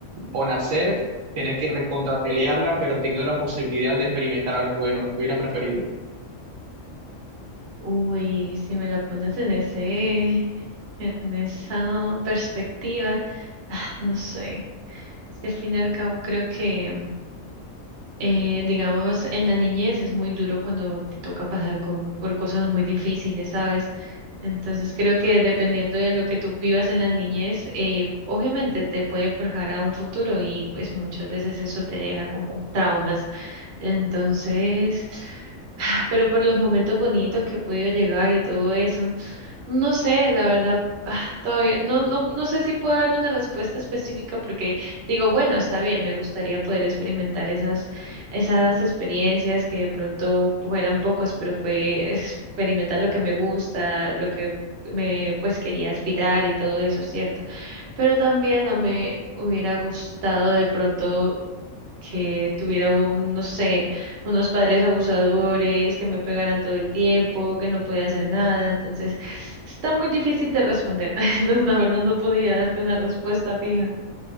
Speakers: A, on the right (about 80°); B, on the right (about 60°).
A: o nacer, tener que recontrapelearla, pero teniendo la posibilidad de experimentar algo bueno, hubieras preferido.
B: Uy, si me la pones en ese, en esa perspectiva, ah, no sé. Es que al fin y al cabo creo que, eh, digamos, en la niñez es muy duro cuando te toca pasar con, por cosas muy difíciles, ¿sabes? Entonces creo que dependiendo de lo que tú vivas en la niñez, eh, obviamente te puede forjar a un futuro y pues muchas veces eso te deja como traumas. Entonces, ah, pero por los momentos bonitos que he podido llegar y todo eso. No sé, la verdad, ah, todavía no, no, no sé si puedo dar una respuesta específica porque digo, bueno, está bien, me gustaría poder experimentar esas, esas experiencias que de pronto fueran pocos, pero fue experimentar lo que me gusta, lo que me pues quería aspirar y todo eso, ¿cierto? Pero también no me hubiera gustado de pronto que tuviera un, no sé, unos padres abusadores, que me pegaran todo el tiempo, que no podía hacer nada. Entonces, está muy difícil de responder. <laughs> No, la verdad no podría darte una respuesta fija.